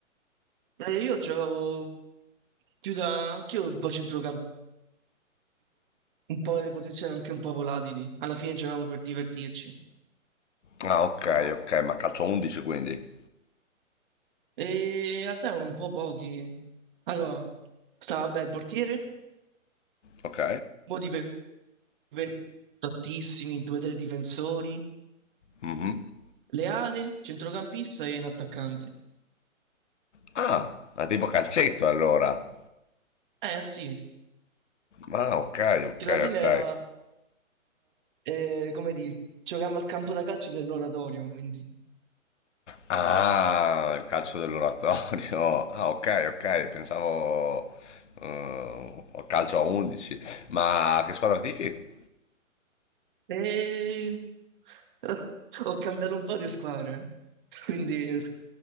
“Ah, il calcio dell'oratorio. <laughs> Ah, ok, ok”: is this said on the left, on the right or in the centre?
Left